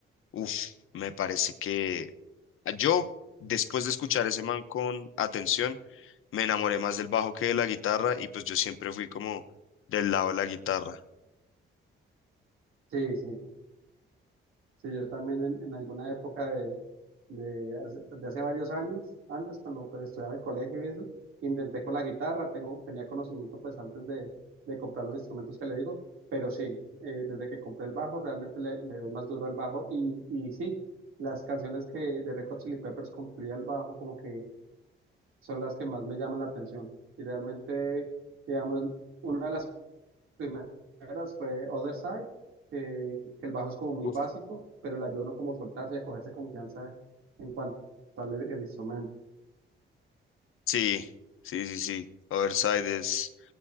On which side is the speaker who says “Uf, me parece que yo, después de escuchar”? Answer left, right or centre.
Left